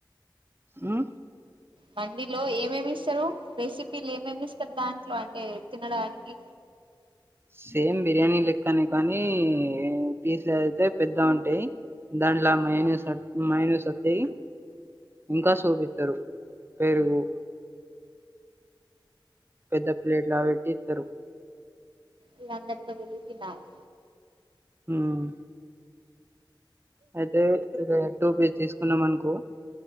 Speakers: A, on the right; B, on the right.
A: ఉమ్
B: మండిలో ఏమేమి ఇస్తారు రెసిపీలు ఏమేమి ఇస్తారు. దాంట్లో అంటే తినడానికి
A: సేమ్ బిర్యానీ లెక్కనే కానీ పీస్లుదైతే పెద్దగ ఉంటాయి. దాండ్లా మైనసాత్
B: ఆ
A: మైనసత్ ఇంకా సూప్ ఇస్తారు పెరుగు పెద్ద ప్లేట్లా పెట్టి ఇత్తర్.
B: ఇంకా అందరితో తిరిగి తినాలి.
A: ఉమ్ అదే అదే టూ పీస్ తీసుకున్నాం అనుకో.